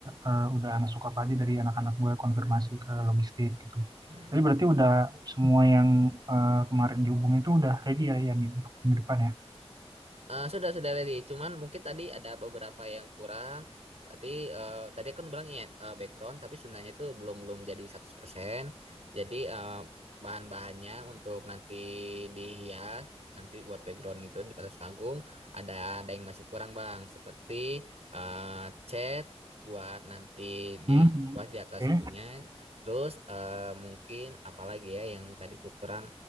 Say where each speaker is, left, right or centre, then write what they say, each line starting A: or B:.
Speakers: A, on the right; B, on the right.
A: eh, udah masuk apa aja dari anak-anak gue konfirmasi ke logistik gitu.
B: hmm.
A: Tapi berarti udah semua yang eh, kemarin dihubungin itu udah ready ya Yan, ya nih untuk minggu depan ya.
B: Eh, sudah sudah ready. Cuman mungkin tadi ada beberapa yang kurang. Tadi eh, tadi kan bilang ya eh, background tapi sebenarnya itu belum belum jadi 100%. Jadi eh, bahan-bahannya untuk nanti dihias nanti buat background itu di atas panggung ada ada yang masih kurang Bang seperti eh, cat buat nanti di
A: Hmm,
B: buat di atas
A: hmm.
B: itunya. Terus eh, mungkin apalagi ya yang tadi tuh kurang